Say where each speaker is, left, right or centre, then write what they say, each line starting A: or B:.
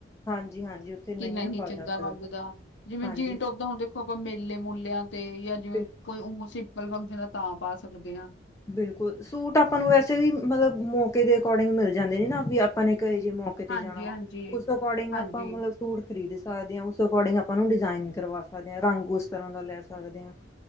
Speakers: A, on the left; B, on the left.
A: ਹਾਂਜੀ- ਹਾਂਜੀ ਉੱਥੇ ਨਈਆਂ
B: ਕਿ ਨਹੀਂ
A: ਪਾ
B: ਚੰਗਾ
A: ਜਾ ਸਕਦਾ
B: ਲੱਗਦਾ ਜਿਵੇਂ
A: ਹਾਂਜੀ
B: ਜੀਨ ਟੋਪ ਤਾਂ ਹੁਣ ਦੇਖੋ। ਆਪਾਂ ਮੇਲੇ ਮੂਲਿਆਂ ਤੇ ਜਾਂ ਜਿਵੇਂ
A: ਬਿਲ
B: ਕੋਈ ਉ ਸਿੰਪਲ ਫੰਕਸ਼ਨ ਆ ਤਾਂ ਪਾ ਸਕਦੇ ਆ
A: ਬਿਲਕੁਲ ਸੂਟ ਆਪਾਂ ਨੂੰ ਵੈਸੇ ਵੀ ਮਤਲਬ ਮੌਕੇ ਦੇ ਅਕੋਰਡਿੰਗ ਮਿਲ ਜਾਂਦੇ ਨੇ ਨਾ ਵੀ ਆਪਾਂ ਨੇ ਕਿਹੋ ਜਿਹੇ ਮੌਕੇ ਕਿਤੇ
B: ਹਾਂਜੀ-ਹਾਂਜੀ,
A: ਜਾਣਾ ਉਸ ਅਕੋਰਡਿੰਗ
B: ਹਾਂਜੀ,
A: ਆਪਾਂ ਮਤਲਬ ਸੂਟ ਖਰੀਦ ਸਕਦੇ ਹਾਂ ਉਸ ਅਕੋਡਿੰਗ ਆਪਾਂ ਨੂੰ ਡਿਜ਼ਾਇਨ ਕਰਵਾ ਸਕਦੇ ਹਾਂ ਰੰਗ ਉਸ ਤਰ੍ਹਾਂ ਦਾ ਲੈ ਸਕਦੇ ਹਾਂ।